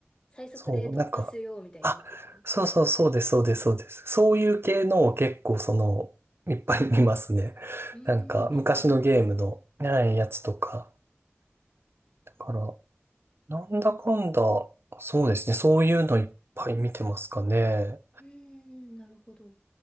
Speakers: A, on the left; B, on the right.
A: 最速で突破するようみたいなやつですよね。
B: そう、なんか、あ、そうそうそうです、そうです、そうです。そういう系のを結構その、いっぱい見ますね。
A: うーん、
B: なんか昔のゲームの、
A: なるほど。う
B: はいやつとか。だから、なんだかんだ、そうですね。そういうのいっぱい見てますかね。
A: ーん、なるほど。